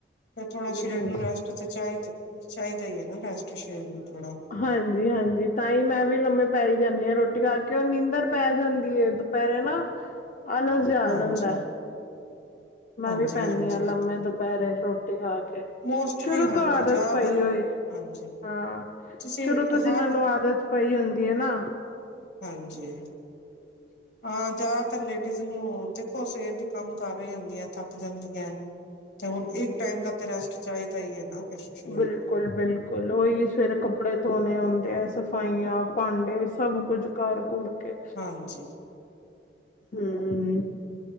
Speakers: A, on the left; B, on the left.
A: ਫੇਰ ਥੋੜਾ ਸਰੀਰ
B: ਹਾਂਜੀ
A: ਨੂੰ ਰੈਸਟ ਤੇ ਚਾਈਦ ਚਾਈਦਾ ਈ ਰੈਸਟ ਸ਼ੇਰ ਨੂੰ ਥੋੜਾ
B: ਹਾਂਜੀ-ਹਾਂਜੀ ਤਾਂ ਈ ਮੈਂ ਵੀ ਲੰਮੇ ਪੈ ਈ ਜਾਂਦੀ ਆ ਰੋਟੀ ਖਾ ਕੇ ਓ ਨੀਂਦਰ ਪੈ ਜਾਂਦੀ ਏ ਦੁ ਪੈਰੇ ਨਾ, ਆਲਸ ਆ
A: ਹਾਂਜੀ
B: ਜਾਂਦੈ। ਮੈਂ
A: ਹਾਂਜੀ
B: ਵੀ ਪੈਂਨੀ
A: ਹਾਂਜੀ
B: ਆ ਲੰਮੇ ਦੁਪੈਰੇ ਰੋ ਰੋਟੀ ਖਾ ਕੇ,
A: ਮੋਸਟਲੀ
B: ਸ਼ੁਰੂ
A: ਹਾਂਜੀ
B: ਤੋਂ ਆਦਤ
A: ਜ਼ਿਆਦਾਤਰ
B: ਪਈ ਹੋਏ
A: ਹਾਂਜੀ
B: ਹਾਂ,
A: ਤੁਸੀਂ
B: ਸ਼ੁਰੂ ਤੋਂ ਜੀਨਾਂ
A: ਹਰ
B: ਨੂੰ ਆਦਤ ਪਈ ਹੁੰਦੀ ਏ ਨਾ
A: ਹਾਂਜੀ।
B: <inaudible>
A: ਹਾਂ ਜਾਦਾਤਰ ਲੇਡੀਜ਼ ਨੂੰ ਦੇਖੋ ਸਵੇਰ ਦੀ ਕੰਮ ਕਰ ਰਈ ਹੁੰਦੀ ਆਂ ਥੱਕ ਜਾਂਦੀਐ। ਤੇ ਹੋਰ ਏਕ ਟਾਈਮ ਦਾ ਤੇ ਰੈਸਟ ਚਾਈਦਾ ਈ ਐ ਨਾ। ਫਿਰ ਸਰੀਰ
B: ਬੇਲਕੁਲ
A: ਨੂੰ
B: ਬੇਲ ਕੁਲ ਓਈ ਸਵੇਰੇ ਕੱਪੜੇ ਧੋਣੇ ਹੁੰਦੇ ਆ ਸਫਾਈਆਂ, ਭਾਂਡੇ ਸਭ ਕੁਝ ਕਰ ਘੁਰ ਕੇ
A: ਹਾਂਜੀ।
B: ਹੂੰ,